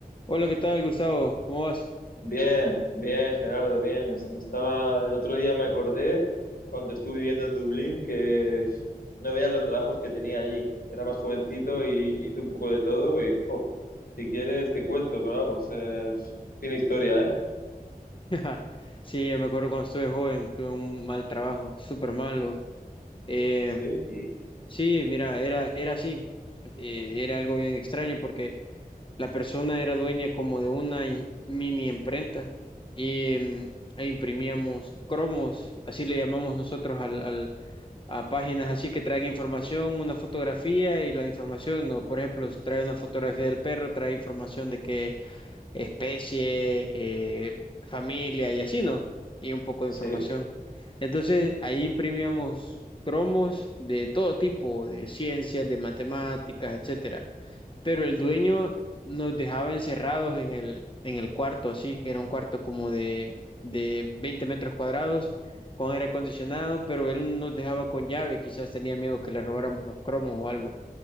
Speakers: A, on the left (about 35°); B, on the left (about 70°).
A: Hola, ¿qué tal, Gustavo? ¿Cómo vas?
B: Bien, bien, Gerardo, bien. Es- me Estaba, el otro día me acordé, cuando estuve viviendo en Dublín, que no veía los trabajos que tenía allí. Era más jovencito y hice un poco de todo y, jo, si quieres te cuento, pero vamos, eh, tiene historia, ¿eh?
A: <laughs> Sí, yo me acuerdo cuando estuve joven, tuve un mal trabajo, súper malo. Eh,
B: Sí, Sí.
A: sí, mira, era, era así, Eh, era algo bien extraño porque la persona era dueña como de una im- mini imprenta y mm, e imprimíamos cromos, así le llamamos nosotros al, al- a páginas así que traen información, una fotografía y la información, no, por ejemplo, si trae una fotografía del perro, trae información de que especie, eh, familia y así, ¿no? Y un poco de
B: sí,
A: información. Entonces, ahí imprimíamos cromos de todo tipo, de ciencias, de matemáticas, etcétera. Pero el dueño nos dejaba encerrados en el, en el cuarto, así, que era un cuarto como de, de 20 metros cuadrados, con aire acondicionado, pero él nos dejaba con llave, quizás tenía miedo que le robáramos los cromos o algo.